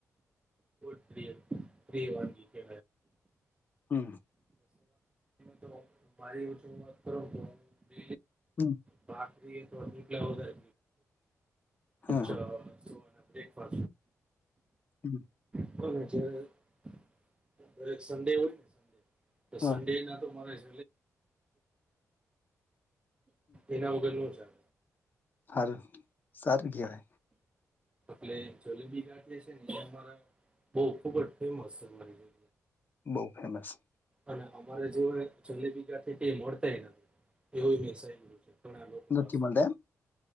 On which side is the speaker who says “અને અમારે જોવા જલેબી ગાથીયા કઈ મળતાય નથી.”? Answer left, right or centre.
Right